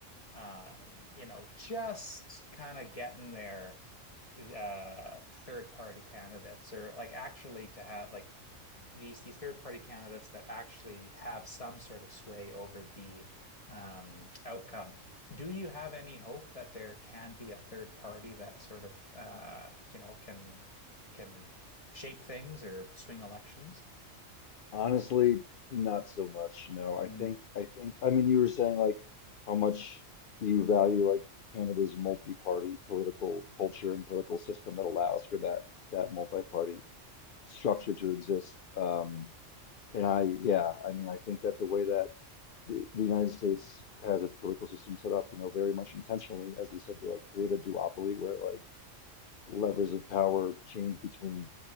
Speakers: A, on the left; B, on the left.
A: uh, you know, just kind of getting there uh third party candidates or like actually to have like these these third party candidates that actually have some sort of sway over the um outcome. Do you have any hope that there can be a third party that sort of uh you know can can shape things or swing elections?
B: Honestly, not so much. No, I
A: Mm,
B: think, I think, I mean, you were saying like how much you value like Canada's multi-party political culture and political system that allows for that that multi-party structure to exist. Um, And I, yeah, I mean, I think that the way that the, the United States has its political system set up, you know, very much intentionally, as you said, to like create a duopoly where like levers of power change between